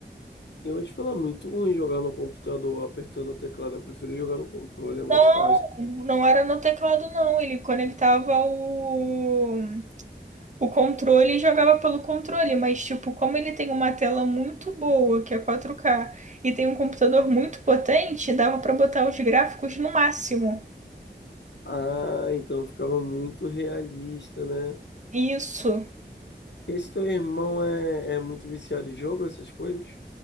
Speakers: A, on the left; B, on the right.
A: Eu vou te falar, muito ruim jogar no computador, apertando o teclado. Eu prefiro jogar no controle, é mais
B: Não,
A: fácil.
B: não era no teclado, não. Ele conectava o, o controle e jogava pelo controle. Mas, tipo, como ele tem uma tela muito boa, que é 4K, e tem um computador muito potente, dava pra botar os gráficos no máximo.
A: Ah, então ficava muito realista, né?
B: Isso.
A: Esse teu irmão é, é muito viciado em jogo, essas coisas?